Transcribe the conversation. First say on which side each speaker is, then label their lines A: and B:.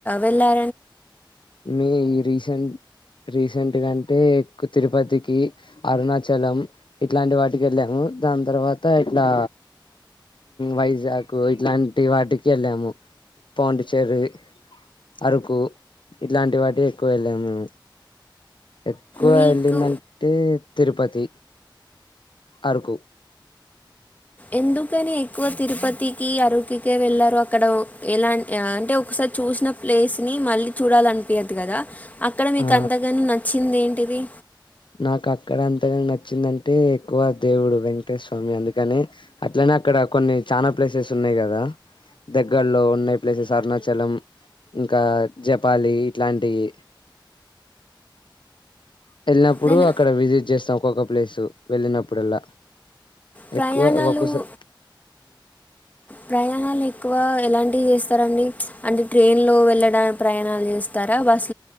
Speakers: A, on the left; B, on the left.
A: వెళ్ళాలి
B: మీ ఈ రీసెంట్ రిస గా అంటే ఎక్కువ తిరుపతికి అరుణాచలం ఇట్లాంటి వాటికి వెళ్ళాము దాని తర్వాత తర్వాత ఇట్లా వైజాగ్ ఇట్లాంటి వాటికి వెళ్ళాము పాండిచ్చేరి అరకు ఇట్లాంటి వాటికి ఎక్కువ వెళ్ళాము మేము ఎక్కువ
A: మీకు
B: వెళ్ళిందంటే తిరుపతి అరుకు
A: ఎందుకని ఎక్కువ తిరుపతికి అరకుకి వెళ్లారు అక్కడ ఎలాంటి అంటే ఒకసారి చూసిన ప్లేస్ ని మళ్ళీ చూడాలనిపియ్యదు కదా అక్కడ మీకు
B: ఆ
A: అంతగాని నచ్చింది ఏంటిది
B: నాకు అక్కడ అంతగా నచ్చిందంటే ఎక్కువ దేవుడు వెంకటేశరస్వామి అందుకని అట్లా అక్కడ కొన్ని చానా ప్లేసెస్ ఉన్నాయి కదా దగ్గర్లో ఉన్నాయి ప్లేసెస్ అరుణాచలం ఇంకా జపాలి ఇట్లాంటియి వెళ్ళినప్పుడు
A: దెన్
B: అక్కడ విజిట్ చేస్తాం ఒక్కొక్క ప్లేస్ వెళ్ళినప్పుడల్లా
A: ప్రయాణాలు
B: ఎక్కువ ఒక్కసారి
A: ప్రయాణాలు ఎక్కువ ఎలాంటివి చేస్తారండి అంటే ట్రైన్ లో వెళ్ళడానికి ప్రయాణాలు చేస్తారా బస్